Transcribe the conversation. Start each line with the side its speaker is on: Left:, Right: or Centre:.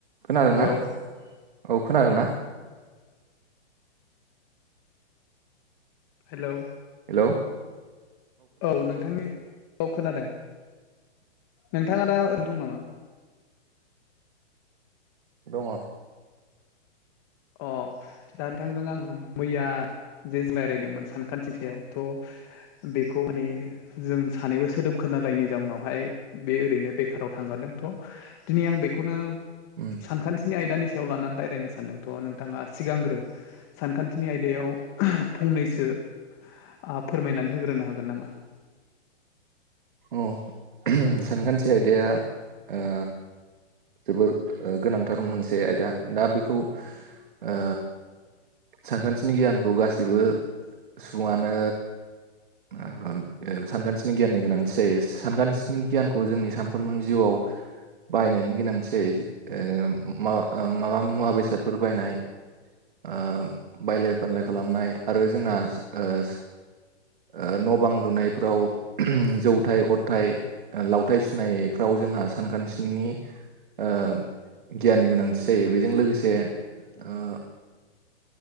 Right: खोनादों
Left: हेलौ
Right: ना? औ खोनादोंना?
Left: हेलौ
Right: हेलौ
Left: औ नोंथांनि औ खोनादों। नोंथाङा दा आरैनो दं नामा?
Right: दङ।
Left: अ' दा नोंथांजों आं मैया जे जिमाय रायदोंमोन सानखान्थि सायाव थ' बेखौ माने जों सानैबो सोदोब खोनालायिनि जाउनावहाय बे ओरैनो बेखाराव थांगारदोंथ' दिनै आं बेखौनो
Right: उम
Left: सानखान्थिनि आयदानि सायाव लानानै रायलायनो सानदों। थ' नोंथाङा सिगांग्रो सानखान्थिनि आयदायाव फंनैसो आ फोरमायनानै होग्रोनो हागोन नामा?
Right: अ' सानखान्थि आयदाया ओ जोबोर ओ गोनांथार मोनसे आयदा दा बेखौ ओ सानखान्थिनि गियानखौ गासैबो सुबङानो ओ सानखान्थिनि गियाननि गोनांथि जायो सानखान्थिनि गियानखौ जोंनि सानफ्रोमबो जिउआव बाहायनायनि गोनांथि जायो ओ मा माबा मुवा बेसादफोर बायनाय ओ बायलाय फानलाय खालामनाय आरो जोंहा ओस ओ न' बां लुनायफ्राव जौथाय अरथाइ लावथाइ सुनायफ्राव जोंहा सानखान्थिनि ओ गियाननि गोनांथि जायो बेजों लोगोसे ओ